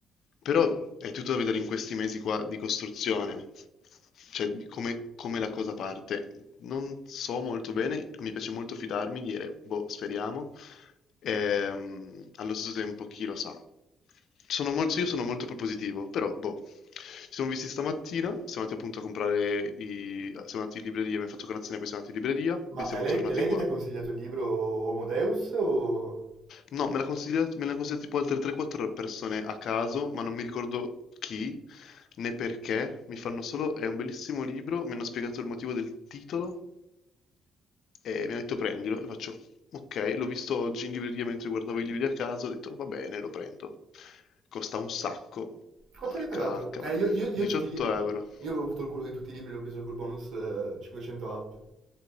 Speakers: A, on the left (about 70°); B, on the right (about 70°).
A: però è tutto da vedere in questi mesi qua di costruzione, cioè di come, come la cosa parte. Non so molto bene, mi piace molto fidarmi, dire, boh, speriamo. Ehm, allo stesso tempo, chi lo sa? Sono molto, io sono molto propositivo, però boh. Ci siamo visti stamattina, siamo andati appunto a comprare i... siamo andati in libreria, abbiamo fatto colazione, poi siamo andati in libreria,
B: Ma
A: poi siamo
B: è lei,
A: tornati
B: è lei
A: qua
B: che ti ha consigliato il libro Homo Deus o...
A: No, me l'ha consigliato, me l'hanno consigliato tipo altre 3-4 persone a caso, ma non mi ricordo chi né perché. Mi fanno solo, è un bellissimo libro, mi hanno spiegato il motivo del titolo e mi hanno detto prendilo e faccio, ok, l'ho visto oggi in libreria mentre guardavo i libri a caso, ho detto va bene, lo prendo. Costa un sacco,
B: Quanto
A: porca
B: l'hai pagato?
A: vacca
B: Eh,
A: però,
B: io, io- io
A: 18
B: tutti i libri.
A: euro.
B: Io avevo avuto il culo di tutti i libri, l'ho preso col bonus eh, 500 app. Ho